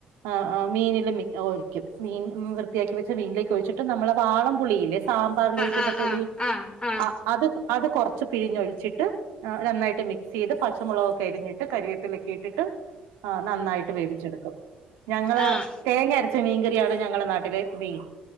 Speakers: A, on the right; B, on the left.
A: അ അ മീനില് മീ ഒഴിക്കും മീൻ മം വൃത്തിയാക്കി വെച്ച മീനിലേക്ക് ഒഴിച്ചിട്ട് നമ്മെ വാളം പുളില്ലേ സാമ്പാറൽഴിക്കുന്ന
B: ആഹ്
A: പുളി
B: ആഹ് ആഹ് ആഹ് ആഹ്
A: അ അത് അത് കുറച്ച് പിരിഞ്ഞൊഴിച്ചിട്ട് അ നന്നായിട്ട് മിക്സ് ചെയ്ത് പച്ചമുളകൊക്കെ എരിഞ്ഞിട്ട് കറിവേപ്പിലൊക്കെ ഇട്ടിട്ട്
B: ഉ <inaudible>
A: ആ നന്നായിട്ട് വേവിച്ചെടുക്കും ഞങ്ങള്
B: ആഹ്
A: തേങ്ങ അരച്ച മീൻകറിയാണ് ഞങ്ങളെ നാട്ടില് മെയിൻ